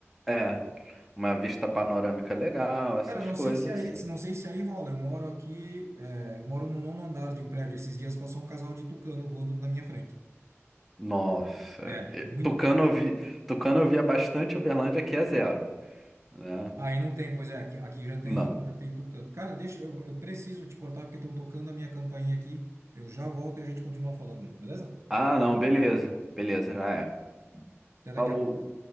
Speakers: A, in the centre; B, on the right.
A: É, uma vista panorâmica legal, essas
B: Cara, não
A: coisas
B: sei se aí,
A: assim.
B: não sei se aí rola. Eu moro aqui, é, eu moro no nono andar de um prédio. Esses dias passou um casal de tucano voando na minha frente.
A: Nossa,
B: É,
A: e-
B: muito.
A: Tucano eu vi, Tucano eu via bastante Uberlândia, aqui é zero, né?
B: Aí não tem, pois é, aqui, aqui já tem,
A: Não.
B: já tem tucano. Cara, deixa, eu, eu preciso te cortar porque estão tocando a minha campainha aqui. Eu já volto e a gente continua falando aí, beleza?
A: Ah, não, beleza, beleza, já é.
B: Até daqui
A: Falou.
B: a pouco.